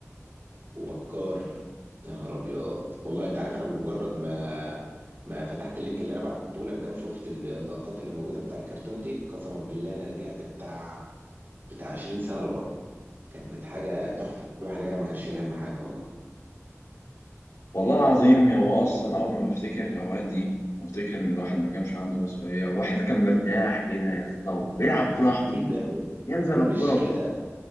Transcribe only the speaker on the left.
والله العظيم هو اصلا اول ما بفتكر الاوقات دي بفتكر ان الواحد ما كانش عنده مسؤوليه والواحد كان مرتاح كده يا اسطى وبيلعب براحته
ينزل
الكوره